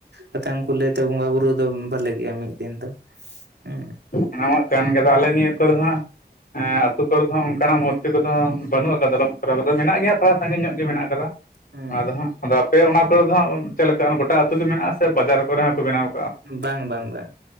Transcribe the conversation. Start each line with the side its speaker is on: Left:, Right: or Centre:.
Right: ᱩᱱᱠᱩ ᱞᱟᱹᱭ ᱛ ᱵᱚᱸᱜᱟ ᱵᱩᱨᱩ ᱫᱚ ᱵᱟᱞᱮ ᱜᱮᱭᱟ ᱢᱤᱫ ᱫᱤᱱ ᱫᱚ ᱦᱸ
Left: ᱱᱟᱣᱟᱜ ᱠᱟᱱ ᱜᱮᱫᱚ ᱟᱞᱮ ᱱᱤᱭᱟᱹ ᱠᱚᱨᱮ ᱦᱚ ᱟᱛᱳ ᱠᱚᱨᱮ ᱫᱚ ᱚᱱᱠᱟᱱᱟᱜ ᱢᱩᱨᱛᱤ ᱵᱟᱹᱱᱩᱜ ᱟᱠᱟᱫᱟ ᱵᱟᱝᱠᱚ ᱠᱨᱟᱣ ᱟᱠᱟᱫᱟ ᱢᱮᱱᱟᱜ ᱜᱮᱭᱟ ᱛᱷᱚᱲᱟ ᱥᱟᱺᱜᱤᱧ ᱧᱚᱜ ᱜᱮ ᱢᱮᱱᱟᱜ ᱟᱠᱟᱫᱟ᱾
Right: ᱦᱩᱸ
Left: ᱟᱫᱚ ᱦᱟᱸᱜ ᱟᱫᱚ ᱟᱯᱮ ᱚᱱᱟ ᱠᱚᱨᱮ ᱫᱚ ᱦᱟᱸᱜ ᱪᱮᱫᱞᱮᱠᱟ ᱜᱚᱴᱟ ᱟᱹᱛᱩ ᱜᱮ ᱢᱮᱱᱟᱜᱼᱟ ᱥᱮ ᱵᱟᱡᱟᱨ ᱠᱚᱨᱮ ᱦᱚᱸᱠᱚ ᱵᱮᱱᱟᱣᱟᱜ
Right: ᱵᱟᱝ ᱵᱟᱝ ᱵᱟᱝ